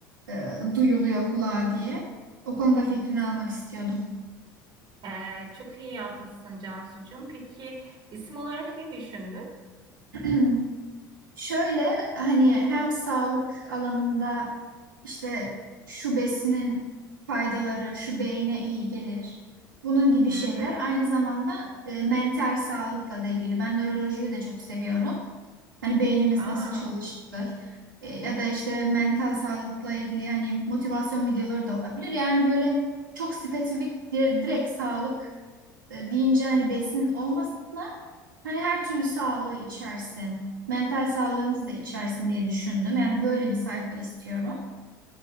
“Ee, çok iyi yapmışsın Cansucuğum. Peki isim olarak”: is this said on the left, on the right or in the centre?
Right